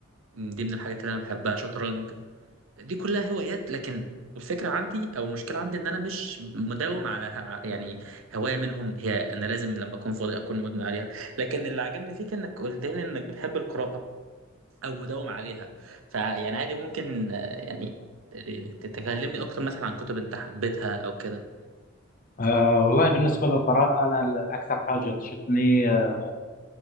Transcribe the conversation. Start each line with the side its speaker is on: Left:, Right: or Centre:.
Right: م، دي من الحاجات اللي انا بحبها شطرنج دي كلها هوايات لكن الفكره عندي او المشكله عندي ان انا مش مداوم على ه- يعني هوايه منهم هي انا لازم لما اكون فاضي اكون مدمن عليها لكن اللي عجبني فيك انك قلت لي انك بتحب القراءه او مداوم عليها فيعني عادي ممكن آه، يعني تكلمني اكتر مثلا عن كتب انت حبيتها او كده
Left: أه والله بالنسبه للقراءه انا اكثر حاجه تشدني آه،